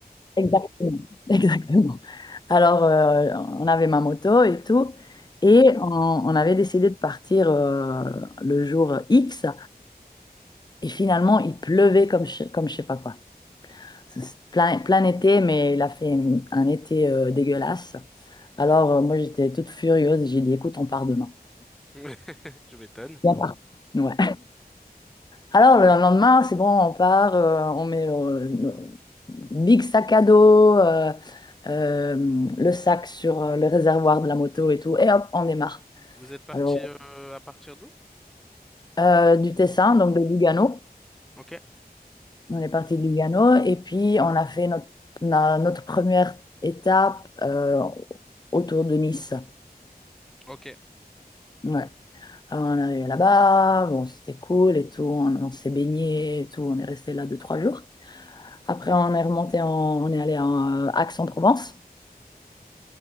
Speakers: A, on the left; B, in the centre.
A: exactement, <laughs> exactement. Alors, euh, on avait ma moto et tout. Et on, on avait décidé de partir euh, le jour X. Et finalement, il pleuvait comme, je- comme je sais pas quoi. C'est plein, plein été, mais il a fait une- un été euh, dégueulasse. Alors, euh, moi, j'étais toute furieuse. et J'ai dit, écoute, on part demain.
B: <laughs> Tu m'étonnes.
A: Bien par- Ouais. Alors, le lendemain, c'est bon, on part, euh, on met le, le big sac à dos, euh, euh, le sac sur euh, le réservoir de la moto et tout, et hop, on démarre.
B: Vous êtes parti
A: Alors,
B: euh, à partir d'où?
A: euh, du Tessin, donc de Lugano,
B: Ok,
A: on est parti de Lugano, et puis on a fait notre, na- notre première étape euh, autour de Nice.
B: ok.
A: Ouais. Alors on est arrivé là-bas, bon c'était cool et tout, on, on s'est baigné et tout, on est resté là deux, trois jours. Après on est remonté, en- on est allé en euh, Aix-en-Provence.